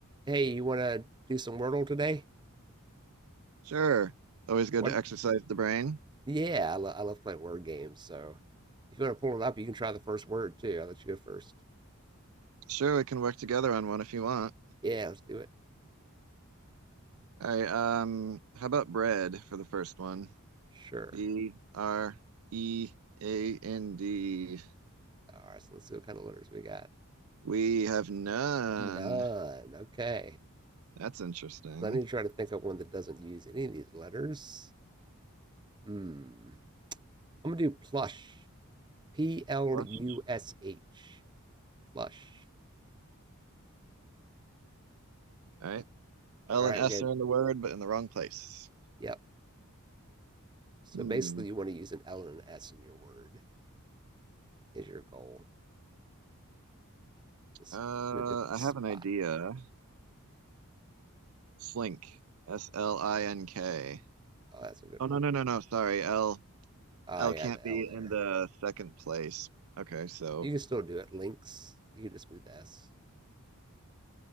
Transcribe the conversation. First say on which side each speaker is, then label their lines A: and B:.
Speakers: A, on the right; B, on the right.
A: hey, you want to do some Wordle today?
B: Sure. Always good
A: What?
B: to exercise the brain.
A: Yeah, I, lo- I love playing word games. So if you want to pull it up, you can try the first word too. I'll let you go first.
B: Sure, we can work together on one if you want.
A: Yeah, let's do it.
B: All right, um, how about bread for the first one?
A: Sure.
B: B R E A N D.
A: All right, so let's see what kind of letters we got.
B: We have none.
A: None. Okay.
B: That's interesting.
A: So I need to try to think of one that doesn't use any of these letters. Hmm. I'm going to do plush. P L
B: Flush.
A: U S H. Plush.
B: All right. L
A: All right.
B: and S
A: We got,
B: are in the word, but in the wrong place.
A: yep. So
B: Hmm.
A: basically, you want to use an L and an S in your word, is your goal. Just
B: Uh,
A: in a different
B: I
A: spot.
B: have an idea. Slink. S L I N K.
A: Oh, that's a good
B: Oh
A: one.
B: no no no no. Sorry. L
A: Oh
B: L
A: yeah,
B: can't
A: the
B: be
A: L there.
B: in the second place. Okay, so
A: You can still do it. Links. You can just move the S.